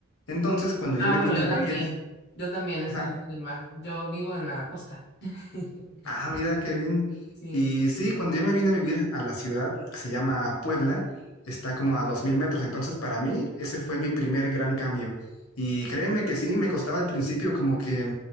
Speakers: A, on the left (about 85°); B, on the left (about 55°).
A: Entonces, cuando yo
B: Ah,
A: me
B: bueno,
A: vine
B: yo
A: a vivir,
B: también. Yo también, está
A: ajá,
B: en el mar. Yo vivo en la costa. <laughs>
A: Ah, mira, qué bien.
B: Sí.
A: Y sí, cuando yo me vine a vivir a la ciudad, que se llama Puebla, está como a 2.000 metros, entonces para mí ese fue mi primer gran cambio. Y créeme que sí, me costaba al principio como que